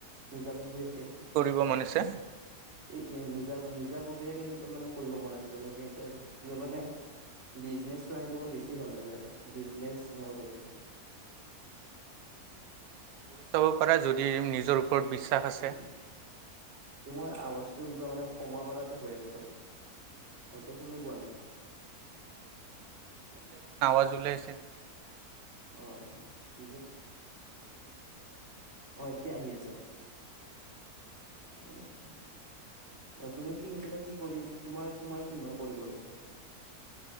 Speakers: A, on the right; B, on the right.
A: নিজাববীয়া
B: কি কৰিব মন‌ আছে?
A: এই নিজা নিজাববীয়াকে কিবা মানে কৰিব মন আছে। যেনেকে কিবা মানে- বিজনেছ লাইনটো মোৰ বেছি ভাল লাগে আৰু। বিজনেছ এনেকোৱা টাইপৰ
B: কৰি চাব পাৰা যদি নিজৰ ওপৰত বিশ্বাস আছে।
A: উম তোমাৰ আৱাজটো কিবা মানে কমা পাৰাতে হৈ আছে অলপ। ভালকে শুনি পোৱা নাই।
B: অ' আৱাজ ওলাইছে
A: অঁহ অঁহ অঁহ এতিয়া আহি আছে। উমঁ। তুমি কি কৈছিলা কি কৰিম তোমাৰ-তোমাৰ কি মন কৰিবলে?